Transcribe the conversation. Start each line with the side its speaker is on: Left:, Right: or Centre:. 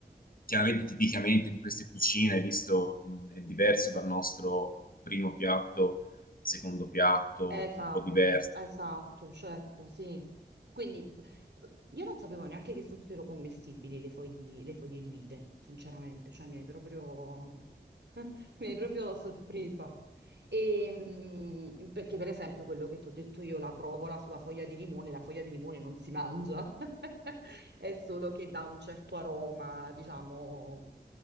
Left: chiaramente tipicamente di queste cucine, visto mh, è diverso dal nostro primo piatto, secondo piatto,
Right: Esatto,
Left: un po' diverso
Right: esatto, certo, sì. Quindi eh, io non sapevo neanche che fossero commestibili le fogli- le foglie di vite, sinceramente, cioè mi hai proprio, <laughs> mi hai proprio sorpresa. E, mm, perché per esempio quello che ti ho detto io, la provola sulla foglia di limone, la foglia di limone non si mangia, <laughs> è solo che dà un certo aroma, diciamo,